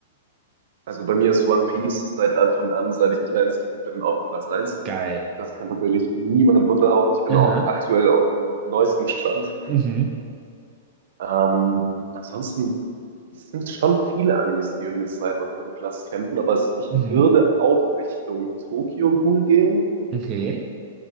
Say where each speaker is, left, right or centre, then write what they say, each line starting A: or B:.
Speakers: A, on the right; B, on the right.
A: Also bei mir ist One Piece seit Anfang an, seit ich ein kleines Kind bin, auch Platz eins.
B: Geil.
A: Das kann tatsächlich niemand runterhauen. Ich bin
B: Aha.
A: auch aktuell auf dem neuesten Stand.
B: Mhm.
A: Ähm, ansonsten es sind schon viele Animes, die in den zweiten und dritten Platz kämpfen, aber es, ich
B: Mhm.
A: würde auch Richtung Tokyo Ghoul gehen.
B: Okay.